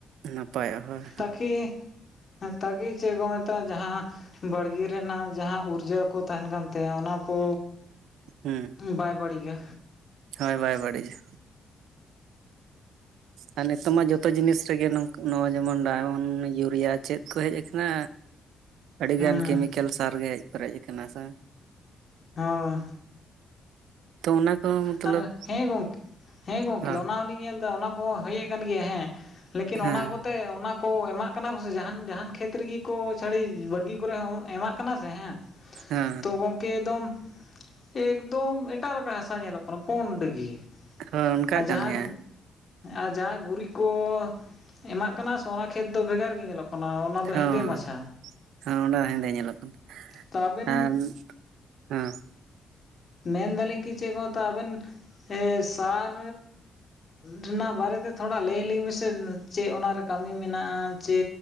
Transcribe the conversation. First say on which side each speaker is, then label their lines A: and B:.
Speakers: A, on the right; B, on the left.
A: ᱱᱟᱯᱟᱭᱚᱜᱼᱟ ᱦᱳᱭ
B: ᱛᱟᱠᱤ ᱦᱮᱸ ᱛᱟᱠᱤ ᱪᱮᱫ ᱠᱚ ᱢᱮᱛᱟᱜᱼᱟ ᱡᱟᱦᱟᱸ ᱵᱟᱲᱜᱮ ᱨᱮᱱᱟᱜ ᱡᱟᱦᱟᱸ ᱩᱨᱡᱟᱠᱩ ᱛᱟᱦᱮᱱ ᱠᱟᱱ ᱛᱟᱦᱮᱸᱼᱟ ᱚᱱᱟᱠᱚ
A: ᱦᱩᱸ
B: ᱵᱟᱭ ᱵᱟᱹᱲᱤᱡᱟ
A: ᱦᱳᱭ ᱵᱟᱭ ᱵᱟᱹᱲᱤᱡᱟ ᱟᱨ ᱱᱤᱛᱚᱜ ᱢᱟ ᱡᱚᱛᱚ ᱡᱤᱱᱤᱥ ᱨᱮᱜᱮ ᱱᱚᱣᱟ ᱡᱮᱢᱚᱱ ᱰᱟᱭᱢᱚᱱᱰ ᱤᱭᱩᱨᱤᱭᱟ ᱪᱮᱫ ᱠᱚ ᱦᱮᱡ ᱟᱠᱟᱱᱟ ᱟᱹᱰᱤᱜᱟᱱ
B: ᱦᱩᱸ
A: ᱠᱮᱢᱤᱠᱮᱞ ᱥᱟᱨ ᱜᱮ ᱦᱮᱡ ᱯᱮᱨᱮᱡ ᱟᱠᱟᱱᱟ ᱥᱮ
B: ᱦᱚᱸ
A: ᱛᱚ ᱚᱱᱟ ᱠᱚᱦᱚᱸ ᱢᱚᱛᱞᱚᱵ
B: ᱟᱨ ᱦᱮᱸ ᱜᱚᱝᱠᱮ ᱦᱮᱸ ᱜᱚᱝᱠᱮ
A: ᱦᱚᱸ
B: ᱚᱱᱟ ᱦᱚᱞᱤᱧ ᱧᱮᱞ ᱮᱫᱟ ᱚᱱᱟ ᱠᱚᱦᱚᱸ ᱦᱮᱡ ᱟᱠᱟᱱ ᱜᱮᱭᱟ ᱦᱮᱸ ᱞᱮᱠᱤᱱ ᱚᱱᱟ
A: ᱦᱮᱸ
B: ᱠᱚᱛᱮ ᱚᱱᱟ ᱠᱚ ᱮᱢᱟᱜ ᱠᱟᱱᱟ ᱠᱚ ᱥᱮ ᱡᱟᱦᱟᱱ ᱡᱟᱦᱟᱱ ᱠᱷᱮᱛ ᱨᱮᱜᱮ ᱠᱚ ᱪᱷᱟᱹᱲᱤ ᱵᱟᱲᱜᱤ ᱠᱚᱨᱮ ᱦᱚᱸ ᱮᱢᱟᱜ ᱠᱟᱱᱟ ᱥᱮ ᱦᱮᱸ
A: ᱦᱮᱸ
B: ᱛᱚ ᱜᱚᱝᱠᱮ ᱮᱠᱫᱚᱢ ᱮᱠᱫᱚᱢ ᱮᱴᱟᱜ ᱞᱮᱠᱟ ᱦᱟᱥ ᱧᱮᱞᱚᱜ ᱠᱟᱱᱟ ᱯᱩᱸᱰ ᱜᱮ
A: ᱦᱳᱭ ᱚᱱᱠᱟᱜ
B: ᱟᱨ ᱡᱟᱦᱟᱸ
A: ᱠᱟᱱ ᱜᱮᱭᱟ
B: ᱟᱨ ᱡᱟᱦᱟᱸᱭ ᱜᱩᱨᱤᱡ ᱠᱚ ᱮᱢᱟᱜ ᱠᱟᱱᱟ ᱥᱮ ᱚᱱᱟ ᱠᱷᱮᱛ ᱫᱚ ᱵᱷᱮᱜᱟᱨ ᱜᱮ ᱧᱮᱞᱚᱜ ᱠᱟᱱᱟ ᱚᱱᱟ ᱫᱚ
A: ᱦᱚᱸ
B: ᱦᱮᱸᱫᱮ ᱢᱟᱪᱷᱟ
A: ᱦᱚᱸ ᱚᱸᱰᱮ ᱫᱚ ᱦᱮᱸᱫᱮ ᱧᱮᱞᱚᱜ ᱠᱟᱱᱟ
B: ᱛᱚ ᱟᱵᱮᱱ
A: ᱟᱨ ᱦᱮᱸ
B: ᱢᱮᱱᱫᱟᱞᱤᱧ ᱠᱤ ᱪᱮᱫ ᱠᱚ ᱢᱮᱛᱚᱜ-ᱟ ᱟᱵᱮᱱ ᱥᱟᱨ ᱨᱮᱱᱟᱜ ᱵᱟᱨᱮᱛᱮ ᱛᱷᱚᱲᱟ ᱞᱟᱹᱭ ᱟᱞᱤᱧ ᱢᱮᱥᱮ ᱪᱮᱫ ᱚᱱᱟᱨᱮ ᱠᱟᱹᱢᱤ ᱢᱮᱱᱟᱜᱼᱟ ᱪᱮ